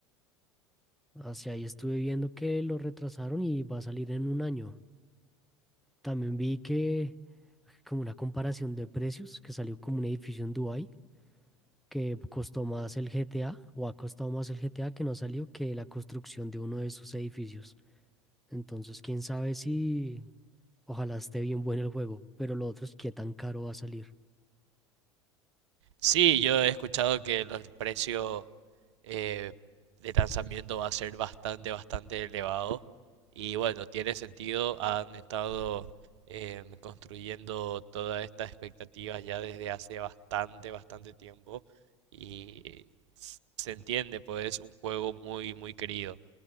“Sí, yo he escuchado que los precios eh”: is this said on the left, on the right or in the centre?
Right